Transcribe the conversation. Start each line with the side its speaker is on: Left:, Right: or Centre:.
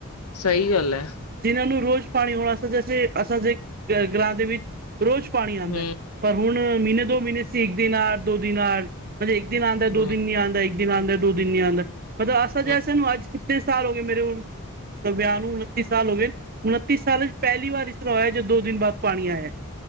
Left: ਸਹੀ ਗੱਲ ਐ।
Right: ਜਿਨਾਂ ਨੂੰ ਰੋਜ਼ ਪਾਣੀ ਹੋਣਾ ਜੈਸੇ, ਅਸਾਂਦੇ ਘਰਾਂ ਦੇ ਵਿੱਚ ਰੋਜ਼ ਪਾਣੀ ਆਂਦੈ,
Left: ਹੂੰ
Right: ਪਰ ਹੁਣ ਮਹੀਨੇ, ਦੋ ਮਹੀਨੇ ਸੀ ਇੱਕ-ਦਿਨ ਆ, ਦੋ-ਦਿਨ ਆ ਮ੍ਹਨਜੇ ਇੱਕ ਦਿਨ ਆਂਦਾ,
Left: ਹੂੰ
Right: ਦੋ ਦਿਨ ਨੀ ਨਹੀਂਂ ਆਂਦਾ, ਇੱਕ ਦਿਨ ਆਂਦਾ, ਦੋ ਦਿਨ ਨਹੀਂ ਆਂਦਾ, ਮਤਲਬ ਅਸਲ'ਚ
Left: ਹੂੰ
Right: ਅਸਾਂਨੂੰ ਅੱਜ ਕਿਤਨੇ ਸਾਲ ਹੋ ਗਏ ਮੇਰੇ ਵਿਆਹ ਨੂੰ, ਉਣੱਤੀ ਸਾਲ ਹੋ ਗਏ। ਉਨੱਤੀ ਸਾਲ'ਚ ਪਹਿਲੀ ਵਾਰ ਇਸ ਤਰ੍ਹਾਂ ਹੋਇਆ, ਜਦ ਦੋ ਦਿਨ ਬਾਅਦ ਪਾਣੀ ਆਇਆ।